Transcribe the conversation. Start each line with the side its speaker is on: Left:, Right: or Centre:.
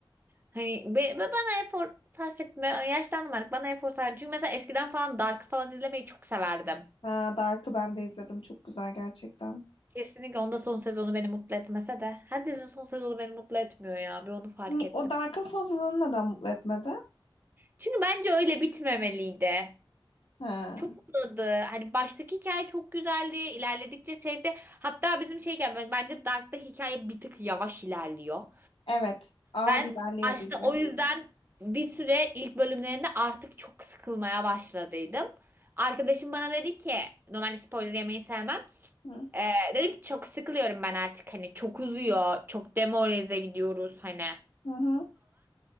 Right: Hani be, ve bana efor sarf etme. Yaşlandım artık. Bana efor sarf. Çünkü mesela eskiden falan Dark falan izlemeyi çok severdim.
Left: Ha, Dark'ı ben de izledim. Çok güzel gerçekten.
Right: Kesinlikle onda son sezonu beni mutlu etmese de. Her dizinin son sezonu beni mutlu etmiyor ya. Bir onu fark
Left: Ni-
Right: ettim.
Left: O Dark'ın son sezonu neden mutlu etmedi?
Right: Çünkü bence öyle bitmemeliydi.
Left: Ha.
Right: Çok uzadı. Hani baştaki hikaye çok güzeldi. İlerledikçe şeyde hatta bizim şeyken ben- bence Dark'ta hikaye bir tık yavaş ilerliyor.
Left: Evet. Ağır
Right: Ben
Left: ilerliyor
Right: başta
Left: dizi.
Right: o yüzden bir süre ilk bölümlerinde artık çok sıkılmaya başladıydım. Arkadaşım bana dedi ki normalde spoiler yemeyi sevmem.
Left: Hı.
Right: Ee, dedim ki çok sıkılıyorum ben artık hani çok uzuyor çok demoralize gidiyoruz hani
Left: Hı hı.